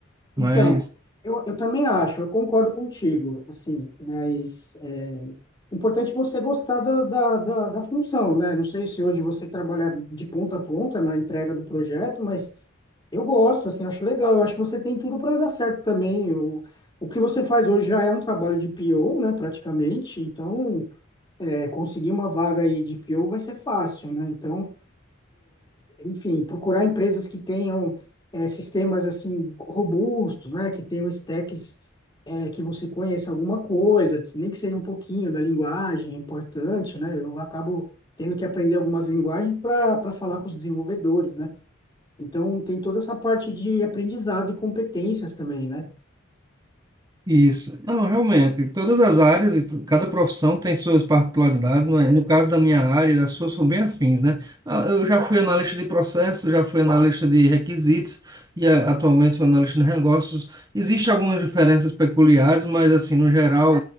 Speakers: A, on the left (about 25°); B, on the right (about 20°).
A: Então,
B: mas
A: eu, eu também acho, eu concordo contigo, assim, mas é importante você gostar da, da, da, da função, né? Não sei se hoje você trabalha de ponta a ponta na entrega do projeto, mas eu gosto, assim, acho legal, eu acho que você tem tudo para dar certo também. O, o que você faz hoje já é um trabalho de PO, né, praticamente, então é, conseguir uma vaga aí de PO vai ser fácil, né? Então, enfim, procurar empresas que tenham eh, sistemas assim robustos, né, que tenham stacks eh, que você conheça alguma coisa, nem que seja um pouquinho da linguagem, é importante, né? Eu acabo tendo que aprender algumas linguagens para para falar com os desenvolvedores, né? Então tem toda essa parte de aprendizado e competências também, né?
B: Isso. Não, realmente, todas as áreas e tu- cada profissão tem suas particularidades, mas no caso da minha área, as suas são bem afins, né? Ah, Eu já fui analista de processos, já fui analista de requisitos e ah, atualmente sou analista de negócios. Existem algumas diferenças peculiares, mas assim, no geral,